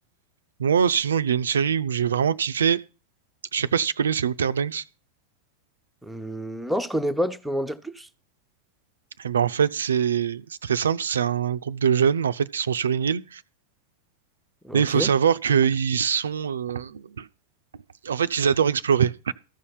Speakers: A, on the right; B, in the centre.
A: moi, sinon, il y a une série où j'ai vraiment kiffé. Je sais pas si tu connais, c'est Outer Banks.
B: Hmm, Non, je connais pas, tu peux m'en dire plus?
A: Et ben en fait, c'est c'est très simple. C'est un groupe de jeunes en fait qui sont sur une île.
B: Ok,
A: Et il faut savoir qu'ils sont euh, En fait, ils adorent explorer,